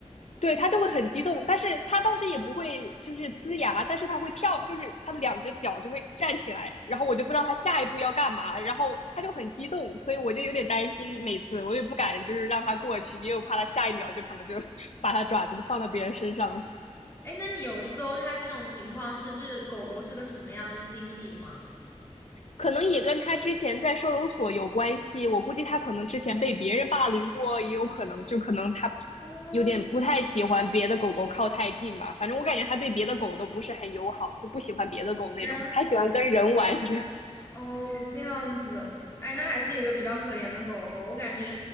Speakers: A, on the left; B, on the left.
A: 对，它就会很激动，但是它倒是也不会就是龇牙，但是它会跳，就是它的两只脚就会站起来，然后我就不知道它下一步要干嘛，然后它就很激动，所以我就有点担心，每次我也不敢就是让它过去，因为我怕它下一秒就可能就 <laughs> 把它爪子就放到别人身上了。
B: 哎，那你有搜它这种情况是，就是狗狗是个什么样的心理吗？
A: 可能也跟他之前在收容所有关系。我估计他可能之前被别人霸凌过，也有可能，就可能他
B: 哦，
A: 有点不太喜欢别的狗狗靠太近吧。反正我感觉他对别的狗都不是很友好，就不喜欢别的狗那种，
B: 天。
A: 他喜欢跟人玩这样。
B: 哦，这样子，哎，那还是一个比较可怜的狗狗。我感觉，